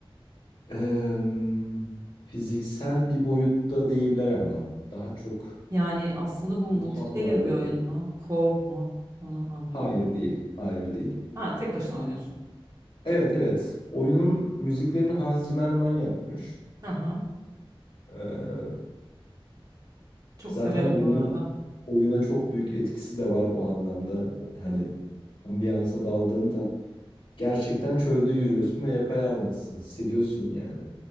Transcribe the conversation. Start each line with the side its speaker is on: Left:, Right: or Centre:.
Left: em, fiziksel bir boyutta değiller ama daha çok
Right: yani aslında bu multiplayer
Left: ruhsal varlıklı.
Right: bir oyun mu? Co-op mu? Onu anlayamadım.
Left: Hayır değil, hayır değil.
Right: Ha tek başına oynuyorsun.
Left: Evet evet. Oyunun müziklerini Hans Zimmerman yapmış.
Right: Aha.
Left: Ee,
Right: Çok
Left: Zaten
Right: severim
Left: oyuna,
Right: bu arada.
Left: oyuna çok büyük etkisi de var o anlamda. O- Hani
Right: Evet.
Left: ambiyansa daldığında gerçekten çölde yürüyorsun ve yapayalnızsın. Hissediyorsun yani.